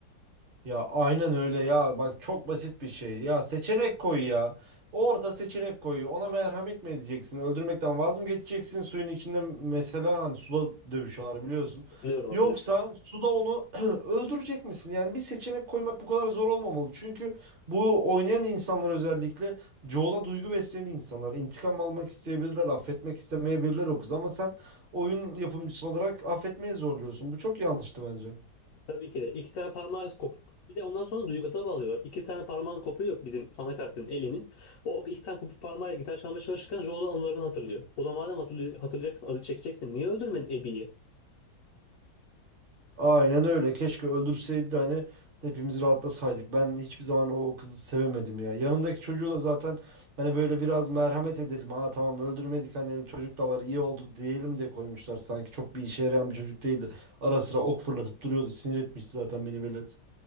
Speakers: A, on the right (about 40°); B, on the left (about 65°).
A: Ya aynen öyle ya. Bak çok basit bir şey. Ya seçenek koy ya. Orada seçenek koy. Ona merhamet mi edeceksin? Öldürmekten vaz mı geçeceksin? Suyun içinde mesela hani suda dövüşüyorlar biliyorsun.
B: Hatırlıyorum hatırlıyorum.
A: Yoksa suda onu <clears throat> öldürecek misin? Yani bir seçenek koymak bu kadar zor olmamalı. Çünkü bu oynayan insanlar özellikle çoğula duygu besleyen insanlar. İntikam almak isteyebilirler, affetmek istemeyebilirler o kız. Ama sen oyun yapımcısı olarak affetmeye zorluyorsun. Bu çok yanlıştı bence.
B: Tabii ki de. İki tane parmağı kopuyor. Bir de ondan sonra duygusal bağlıyorlar. İki tane parmağın kopuyor yok bizim ana karakterin elinin. O iki tane kopuk parmağıyla gitar çalmaya çalışırken Joel'un anılarını hatırlıyor. O da madem hatırlay- hatırlayacaksın, acı çekeceksin. Niye öldürmedin Abby'yi?
A: Aynen öyle. Keşke öldürseydi de hani hepimiz rahatlasaydık. Ben hiçbir zaman o kızı sevemedim ya. Yanındaki çocuğu da zaten hani böyle biraz merhamet edelim. Aa tamam öldürmedik hani çocuk da var iyi oldu diyelim de koymuşlar. Sanki çok bir işe yarayan bir çocuk değildi. Ara sıra ok fırlatıp duruyordu. Sinir etmişti zaten beni velet.